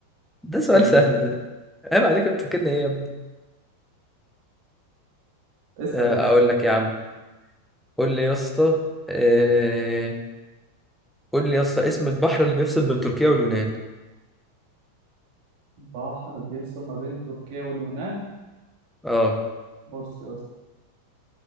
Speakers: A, in the centre; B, on the right.
A: ده سؤال
B: جامد
A: سهل
B: يا اسطى
A: ده عيب عليك بتفكرني ايه يا ابني
B: اسأل
A: آه،
B: يا اسطى
A: اقول لك يا عم قول لي يا اسطى آه، قول لي يا اسطى اسم البحر اللي بيفصل بين تركيا واليونان
B: بحر بيفصل ما بين تركيا واليونان
A: اه
B: بص يا اسطى